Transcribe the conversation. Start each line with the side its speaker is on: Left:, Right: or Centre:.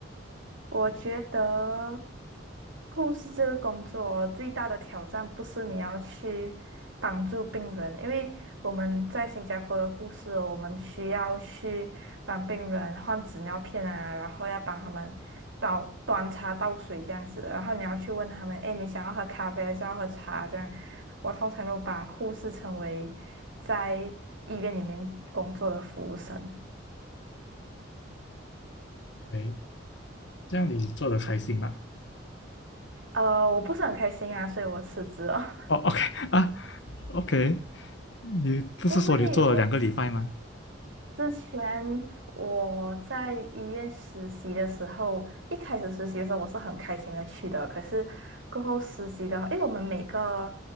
Right: 我觉得护士这个工作哦最大的挑战不是你要去帮助病人，因为我们在新加坡的护士哦，我们需要去帮病人换纸尿片啊，然后要帮他们倒端茶倒水这样子的，然后你要去问他们，哎，你想要喝咖啡还是要喝茶这样。我通常都把护士称为在医院里面工作的服务生。
Left: 哎，这样你做的开心吗？
Right: 呃，我不是很开心啊，所以我辞职了。
Left: 哦，OK 啊，OK，你不是说你做了两个礼拜吗？
Right: 因为我之之前我在医院实习的时候，一开始实习的时候我是很开心的去的，可是过后实习的话，因为我们每个